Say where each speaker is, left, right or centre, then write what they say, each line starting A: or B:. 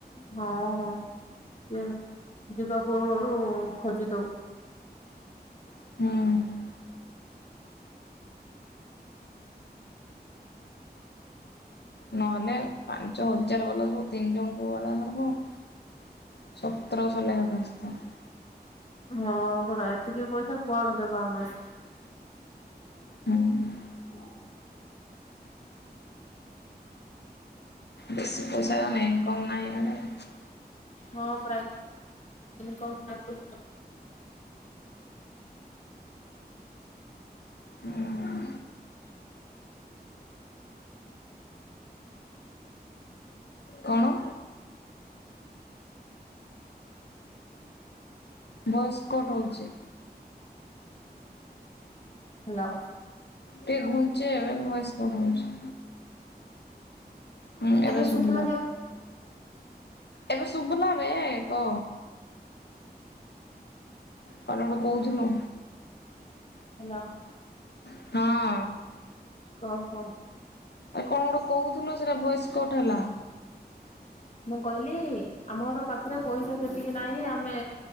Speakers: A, on the left; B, on the left.
A: ହଁ ହଁ। ଯିବା ପୂର୍ବରୁ ଖୋଜି ଦଉ।
B: ହୁଁ। ନହେଲେ ପାଞ୍ଚ ହଜାର ଗଲା ସବୁ ତିନି ଜଣଙ୍କୁ <unintelligible> <unintelligible>
A: ହଁ ପରା ଏତିକି ପଇସା କୁଆଡେ ଦେବା ଆମେ।
B: <unintelligible>
A: ହଁ
B: ବେଶୀ ପଇସା <unintelligible> ଇନକମ୍ ନାହିଁ ବୋଧେ।
A: ହଁ ପ୍ରାଇ ଇନକମ୍ <inaudible>
B: ହୁଁ କଣ? ବଏସ୍ କଟ୍ ହଉଛି।
A: ହ୍ୟାଲୋ।
B: ଟକେ ଘୁଞ୍ଚେଇ ଆଣ ବଏସ୍ କଟ୍ ହଉଛି। ହଁ ଏବେ
A: ଆରେ
B: ଶୁଭିଲା।
A: ଶୁଭା ଯାଉ
B: ଏବେ ଶୁବିଲା ରେ କଅ। କଣ ଗୋଟେ କହୁଥିଲ?
A: ହେଲୋ।
B: ହଁ।
A: କହ କହ।
B: ଆ, କଣ ଗୋଟେ କହୁଥିଲୁ ସେଟା ଭଏସ୍ କଟ୍ ହେଲା।
A: ମୁଁ କହିଲି ଆମର ପାଖରେ ପଇସା ସେତିକି ନାହିଁ ଆମେ